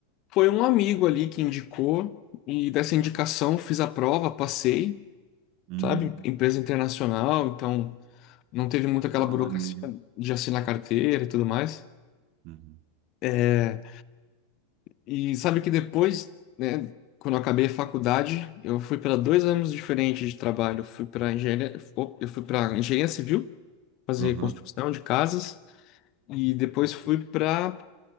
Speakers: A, on the left; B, on the right.
A: Foi um amigo ali que indicou, e dessa indicação fiz a prova, passei,
B: Uhum.
A: sabe, empresa internacional, então não teve muito aquela
B: Ah,
A: burocracia
B: maneiro.
A: de assinar carteira e tudo mais.
B: Uhum.
A: É, e sabe que depois, né, quando eu acabei a faculdade, eu fui para dois anos diferentes de trabalho. Eu fui para engenharia, eu fui para engenharia civil, fazer
B: Aham.
A: construção de casas, e depois fui para